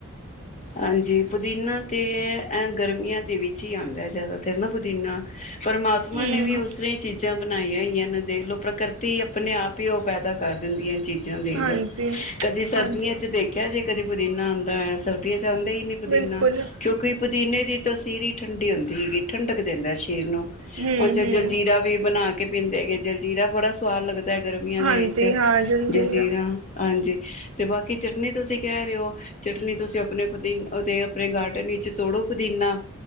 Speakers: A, on the left; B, on the right.
A: ਹਾਂਜੀ ਪੁਦੀਨਾ ਤੇ ਏ ਗਰਮੀਆਂ ਦੇ ਵਿੱਚ ਹੀ ਆਦਾ ਜ਼ਿਆਦਾਤਰ ਨਾ ਪੁਦੀਨਾ ਪਰਮਾਤਮਾ
B: ਹਮ
A: ਨੇ ਵੀ ਉਸੇ ਤਰਾ ਚੀਜ਼ਾਂ ਬਣਾਈ ਹੋਈਆਂ ਨੇ ਦੇਖਲੋ ਪ੍ਰਕਿਰਤੀ ਆਪਣੇ ਆਪ ਹੀ ਉਹ ਪੈਦਾ ਕਰ ਗੱਦੀਆਂ ਚੀਜ਼ ਜਾ ਦੇਖ
B: ਹਾਂਜੀ
A: ਲਓ ਕਦੇ ਸਰਦੀਆਂ
B: ਹਾਂਜੀ
A: ਚ ਦੇਖਿਆ ਜੇ ਤੇਰੀ ਬੂਰੀ ਨਾਨ ਬੇ ਸਰਦੀਆਂ ਚ ਆਂਦਾ ਹੀ ਨੀ ਪੌਦੀਨਾ
B: ਬਿਲਕੁਲ
A: ਕਿਉਂਕਿ ਪੌਦੀਨੇ ਦੀ, ਤਸੀਰੀ ਹੀ ਠੰਡੀ ਹੁੰਦੀ ਐ ਗੀ ਠੰਡਕ ਦਿੰਦਾ ਸਰੀ ਸਰੀਰ ਨੂੰ
B: ਹਮ
A: ਉਹ ਜਾਏ
B: ਹਮ
A: ਜਲਜੀਰਾ ਵੀ ਬਣਾ ਕੇ ਕੇ ਪੀਂਦੇ ਹੈਗੇ ਜਲਜੀਰਾ ਬੜਾ ਸਵਾਦ ਲੱਗਦਾ। ਤੈ ਗਰਮੀਆਂ
B: ਹਾਂਜੀ
A: ਦੇ ਵਿੱਚ
B: ਹਾਂ ਜਲਦੀ
A: ਜਲਜੀਰਾਂ ਹਾਂਜੀ ਤੇ ਬਾਕੀ ਚਟਨੀ ਤੁਸੀਂ ਕਹਿ ਰਹੇ ਔ, ਚਟਨੀ ਤੁਸੀਂ ਆਪਣੇ ਪਤੀ ਉਹਦੇ ਆਪਣੇ ਗਾਰਡਨ ਵਿਚੋ ਤੋੜੋ ਪੁਦੀਨਾ